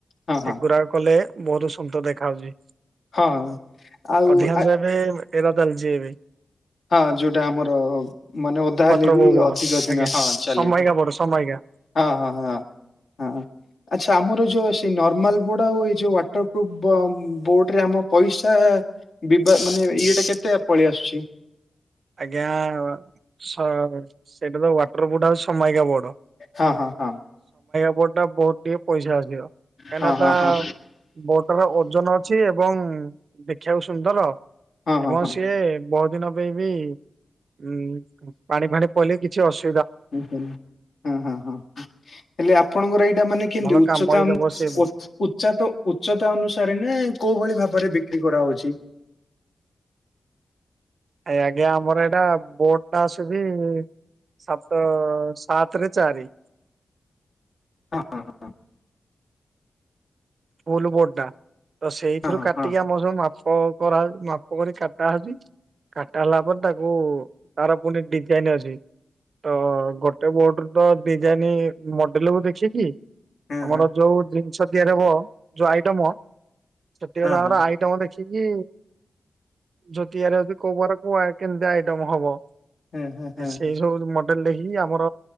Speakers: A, on the left; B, on the right.
A: ହଁ
B: ସେଗୁରାକ
A: ହଁ
B: କଲେ ବହୁତ ସୁନ୍ଦର ଦେଖା ହଉଚି।
A: ହଁ ଆଉ
B: ଅଧିକାଂଶ ଏବେ ଏରା ଚାଲିଛି ଏ ବି।
A: ହଁ ଯୋଉଟା ଆମର ମାନେ ଓଦା
B: ୱାଟର
A: ହେଲେ ବି
B: ବୋ ବୋର୍ଡ
A: ଅଧିକ ଦିନ
B: ଆଜ୍ଞା
A: ହଁ ଚାଲିବ।
B: ସମାଇକା ବୋର୍ଡ ସମାଇକା
A: ହଁ ହଁ ହଁ ହଁ। ଆଚ୍ଛା ଆମର ଯୋଉ ସେ ନର୍ମାଲ ବୋର୍ଡ। ଆଉ ଏଇ ଯୋଉ ୱାଟର ପ୍ରୁଫ ବୋ ବୋଡରେ ଆମ ପଇସା ଦିବା ମାନେ ଇଏଟା କେତେ ଆ ପଳେଇ ଆସୁଚି।
B: ଆଜ୍ଞା ସ ସେଇଟା ତ ୱାଟର ବୋଡ ଆଉ ସମାୟିକା ବୋଡ।
A: ହଁ ହଁ ହଁ।
B: ବୋଟ ଟା ବହୁତ ଟିକେ ପଇସା ଆସିବ। କାହିଁକିନା
A: ହଁ ହଁ
B: ତା
A: ହଁ
B: ବୋଡଟାପା ଓଜନ ଅଛି। ଏବଂ ଦେଖିଆକୁ ସୁନ୍ଦଲ।
A: ହଁ ହଁ
B: ଏବଂ
A: ହଁ
B: ସିଏ ବହୁତ ଦିନ ହି ଉଁ ପାଣି ଫାଣି ପଇଲେ କିଛି ଅସୁ
A: <inaudible> ହଁ ହଁ ହଁ ହଁ ହେଲେ ଆପଣଙ୍କର ଏଇଟା ମାନେ କେମତି
B: ଭଲ
A: ଉଚ୍ଚତା
B: କାମ ବି
A: ଉନ
B: ଦବ ସେ ବୋଟ।
A: ଉ ଉଚା ତ ଉଚ୍ଚତା ଅନୁସାରେ ନା କୋଉ ଭଳି। ଭାବରେ ବିକ୍ରି କରାହଉଛି।
B: ଆ ଆଜ୍ଞା ଆମର ଏଇଟା ବୋଟ ଟା ଆସୁଚି। ସାତ ସାତେରେ ଚାରି।
A: ହଁ ହଁ ହଁ ହଁ।
B: ଫୁଲ ବୋଡ ଟା ତ ସେଇଥିରୁ
A: ହଁ
B: କାଟିକି
A: ହଁ
B: ଆମ ସବୁ ମା ମାପ କରାହଉଚି ମାପ କରି କାଟାହଉଚି। କାଟା ହେଲା ପରେ ତାକୁ ତାର ପୁଣି ଡିଜାଇନ ଅଛି। ତ ଗୋଟେ ବୋର୍ଡ ରୁ ତ ଡିଜାଇନ ମଡେଲକୁୁ ଦେଖିକି।
A: ହଁ
B: ଆମର
A: ହଁ
B: ଯୋଉ ଜିନିଷ ତିଆରି ହବ ଯୋଉ ଆଇଟମ। ସେଟିକ
A: ହଁ
B: ତାଙ୍କର
A: ହଁ
B: ଆଇଟମ ଦେ ଦେଖିକି ଜୋଟିଆରେ ଯଦି କୋଉବାରେ କୋଉ କେମତି ଆଇଟମ ହବ।
A: ହଁ ହଁ ହଁ ହଁ ହଁ ହଁ
B: ସେଇ ସବୁ ମଡେଲ ଦେଖିକି? ଆମର